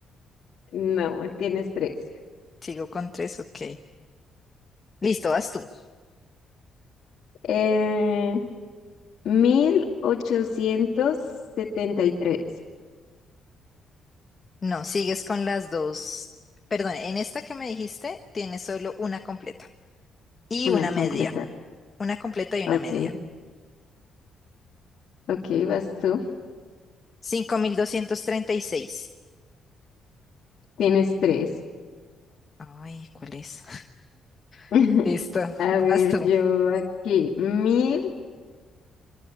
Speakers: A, on the left; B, on the left.
A: No, tienes tres.
B: Sigo con 3, ok. Listo, vas tú.
A: Eh, mil ochocientos setenta y tres
B: No, sigues con las dos. Perdón, en esta que me dijiste tienes solo una completa y
A: Una
B: una
A: completa.
B: media. Una completa y una
A: Ok,
B: media.
A: ok, vas tú.
B: cinco mil doscientos treinta y seis
A: Tienes tres.
B: Ay, ¿cuál es?
A: <laughs>
B: <laughs> Listo,
A: A ver,
B: vas tú.
A: yo aquí, mil,